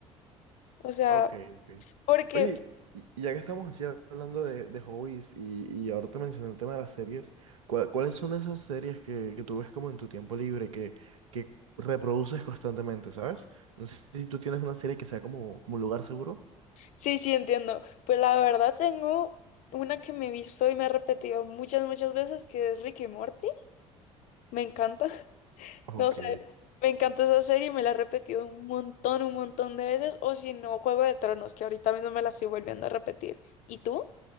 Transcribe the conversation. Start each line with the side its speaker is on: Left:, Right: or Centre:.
Left: O sea,
Right: Ok, ok.
Left: porque...
Right: Oye, y y ya que estamos así hablando de, de hobbies y, y ahora te mencioné el tema de las series, ¿cuál- ¿cuáles son esas series que, que tú ves como en tu tiempo libre, que, que reproduces constantemente, ¿sabes? No sé si tú tienes una serie que sea como, como lugar seguro.
Left: Sí, sí, entiendo. Pues la verdad tengo una que me he visto y me he repetido muchas, muchas veces, que es Ricky Morty. Me encanta.
Right: Ok.
Left: No sé, me encanta esa serie, me la he repetido un montón, un montón de veces, o si no, Juego de Tronos, que ahorita mismo me la estoy volviendo a repetir. ¿Y tú?